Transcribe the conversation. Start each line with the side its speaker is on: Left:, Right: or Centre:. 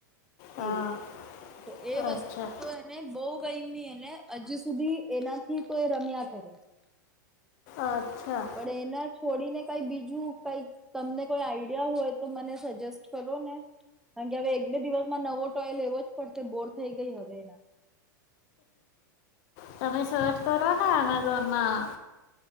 Left: હા
Centre: એવું તો એ વસ્તુ
Left: અચ્છા
Centre: તો એને બઉ ગયમી એને હજી સુધી એનાથી તો એ રમ્યા કરે છે.
Left: અચ્છા
Centre: પણ એના છોડીને કઈ બીજું કંઈક તમને કોઈ આઈડિયા હોય. તો મને સજેસ્ટ કરો ને કારણ કે હવે એક બે દિવસમાં નવો ટોય લેવો જ પડશે બોર થઈ ગઈ હવે.
Left: તમે સર્ચ કરવા ના એમેઝોનમાં.